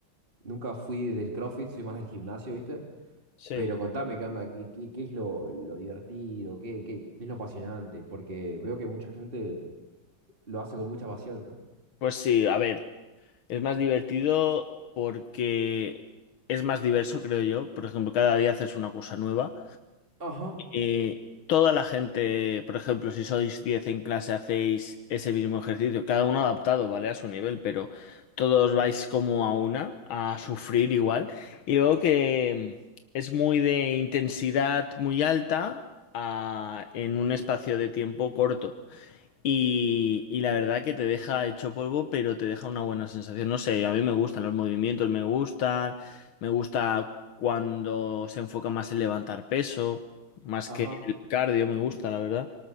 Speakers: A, on the right; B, on the left.
A: nunca fui del CrossFit, soy más del gimnasio, ¿viste?
B: sí.
A: Pero contame qué onda, qué, qué, qué es lo, lo divertido, qué, qué, qué es lo apasionante, porque veo que mucha gente lo hace con mucha pasión, ¿no?
B: Pues sí, a ver, es más divertido porque es más diverso, creo yo. Por ejemplo, cada día haces una cosa nueva.
A: Ajá,
B: Eh, toda la gente, por ejemplo, si sois 10 en clase, hacéis ese mismo ejercicio, cada uno adaptado, ¿vale? A su nivel, pero todos vais como a una, a sufrir igual. Y luego que es muy de intensidad muy alta a- en un espacio de tiempo corto. Y, y la verdad que te deja hecho polvo, pero te deja una buena sensación. No sé, a mí me gustan los movimientos, me gustan, me gusta cuando se enfoca más en levantar peso, más
A: ajá.
B: que el cardio, me gusta, la verdad.